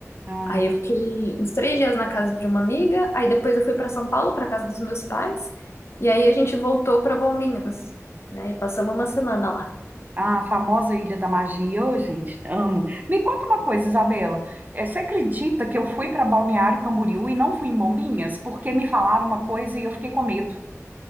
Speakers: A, on the right; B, on the left.
A: Ah,
B: Aí eu fiquei uns três dias na casa de uma amiga, aí depois eu fui para São Paulo, para casa dos meus pais, e aí a gente voltou para Bombinhas, né? E passamos uma semana lá.
A: ah, a famosa Ilha da Magia. Ô, gente, amo. Me conta uma coisa, Isabela. Eh, Você acredita que eu fui para Balneário Camboriú e não fui em Bombinhas? Porque me falaram uma coisa e eu fiquei com medo.